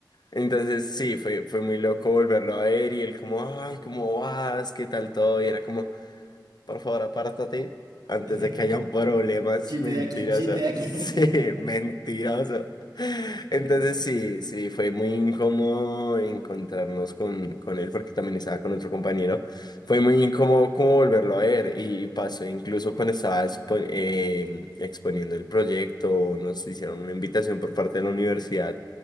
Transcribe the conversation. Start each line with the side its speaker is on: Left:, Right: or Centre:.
Left: Entonces sí, fue, fue muy loco volverlo a ver y él como, ay, ¿cómo vas? ¿Qué tal todo? Y era como, por favor, apártate antes
Right: <laughs>
Left: de que hayan problemas.
Right: Chiste
Left: Mentiroso.
Right: de aquí, chiste de aquí.
Left: <laughs> Sí, mentiroso.
Right: <laughs> Me
Left: Entonces
Right: llevo. Bob.
Left: sí, sí, fue muy incómodo encontrarnos con, con él porque también estaba con otro compañero. Fue muy incómodo como volverlo a ver y, y pasó incluso cuando estaba expo- eh, exponiendo el proyecto, nos hicieron una invitación por parte de la universidad